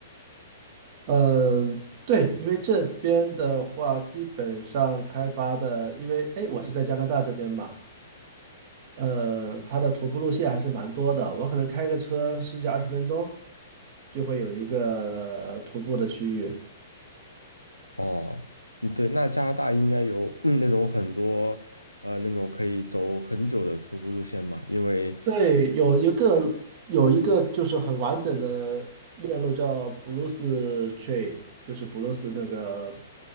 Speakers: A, on the right; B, on the left.
A: 嗯，对，因为这边的话，基本上开发的，因为哎，我是在加拿大这边嘛，呃，它的徒步路线还是蛮多的，我可能开个车十几二十分钟就会有一个徒步的区域。
B: 哦，嗯，对，那加拿大应该有，嗯那种很多，呃，那种可以走很久的徒步路线嘛，因为，
A: 对，有一个有一个就是很完整的链路叫布鲁斯 Train，就是布鲁斯那个